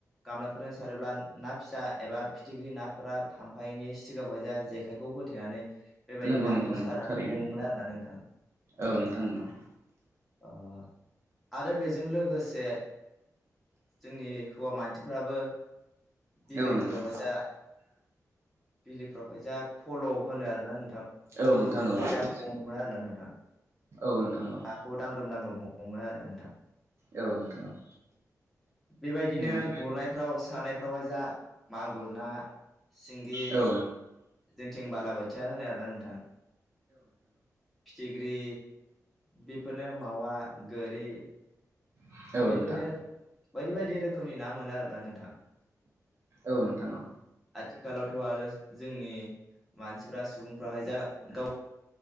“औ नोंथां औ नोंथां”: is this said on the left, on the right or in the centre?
Right